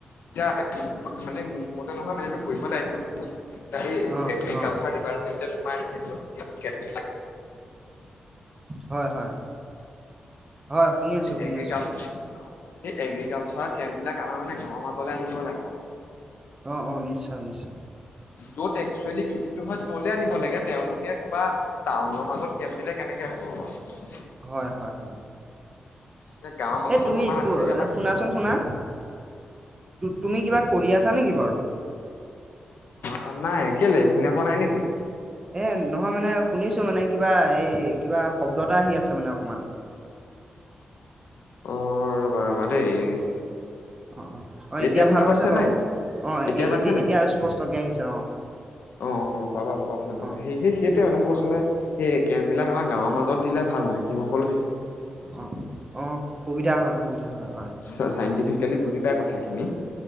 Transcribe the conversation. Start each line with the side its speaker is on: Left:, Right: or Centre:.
Left: এতিয়া মানে মতে নহয় মানে এইটো কৰিবলৈ আহিব। অ। তাকে
Right: অ
Left: এগ্ৰিকালচাৰ
Right: অ
Left: ডিপাৰ্মেণ্ট এ তোমাৰ ঠিক আছে।
Right: হয় হয়, হয় শুনি আছো, শুনি
Left: এগ্ৰিকালচাৰ
Right: আছো।
Left: অ সেই এগ্ৰিকালচাৰ কেম্প বিলাক আমাৰ মানে গাৱৰ মাজলে আনিব লাগে অ।
Right: অ অ নিশ্চয় নিশ্চয়
Left: য'ত একচুৱেলি খেতিটো হয় তলে আনিব লাগে তেওঁলোকে ক'বা টাউনৰ মাজত কেম্প দিলে কেনেকে হ'ব বাৰু
Right: হয় হয়।
Left: এতিয়া গাঁৱৰ মাজত
Right: এ তুমি
Left: অকমান আনি
Right: ত
Left: যদি আমাক
Right: শুনাচোন শুনা তুমি কিবা কৰি আছা নেকি বাৰু?
Left: অ নাই, কেলে শুনি পোৱা নাই নেকি?
Right: এ নহয় মানে শুনিছো মানে কিবা এই কিবা শব্দ এটা আহি আছে মানে অকমান।
Left: অ, ৰবা ৰবা দেই।
Right: অ অ অ অ
Left: এতিয়া শুনা
Right: ভাল হৈছে
Left: পাইছা
Right: বাৰু
Left: নাই?
Right: অ
Left: এতিয়া
Right: এ
Left: পাইছা নাই?
Right: এতিয়া স্পষ্টকে আহিছে অ
Left: অ অ পাবা পাবা শুনা পাবা।
Right: অ
Left: সেই সেই সেইটোৱে মানে মই কৈছো
Right: অ
Left: নে সেই কেম্পবিলাক আম গাঁৱৰ মাজত দিলে ভাল মানে কি সকল
Right: অ অ সুবিধা হয়, সুবিধা হয়। হয়
Left: চা-চাইণ্টিফিক আজিকালি বুজি পায় কথাখিনি।